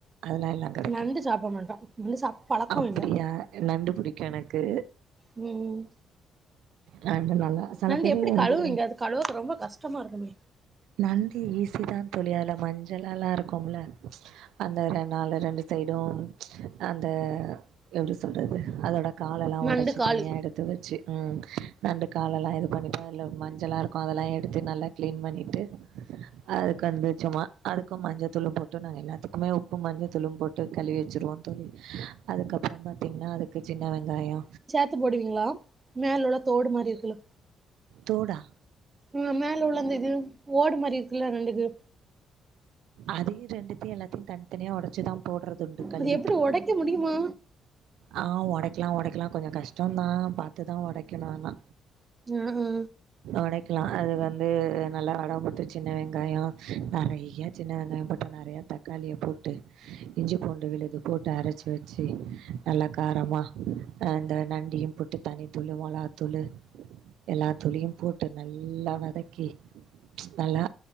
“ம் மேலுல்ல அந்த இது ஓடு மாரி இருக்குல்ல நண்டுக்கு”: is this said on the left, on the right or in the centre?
Right